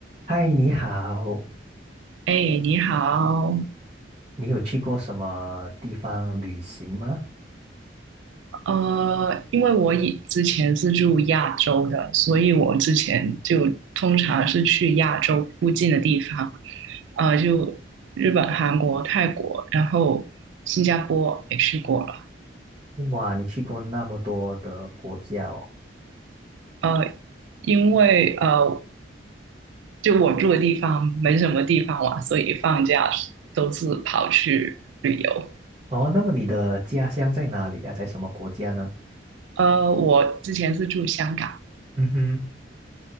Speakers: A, on the right (about 25°); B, on the right (about 75°).
A: 嗨，你好，
B: 哎，你好，
A: 你有去过什么地方旅行吗？
B: 呃，因为我以之前是住亚洲的，所以我之前就通常是去亚洲附近的地方，呃，就日本、韩国、泰国，然后新加坡也去过了，
A: 哇，你去过那么多的国家哦。
B: 呃，因为呃，就我住的地方没什么地方玩，所以放假都是跑去旅游。
A: 哦，那么你的家乡在哪里啊？在什么国家呢？
B: 呃，我之前是住香港，
A: 嗯哼，